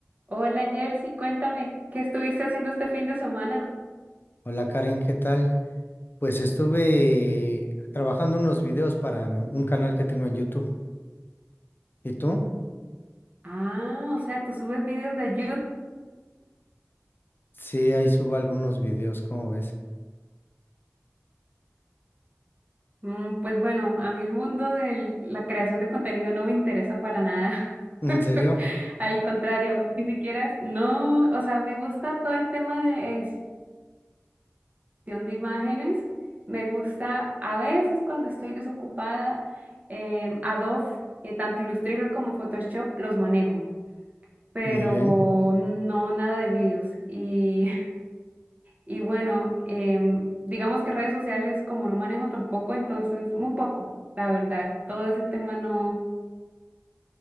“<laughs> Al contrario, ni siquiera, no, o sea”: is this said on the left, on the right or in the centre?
Right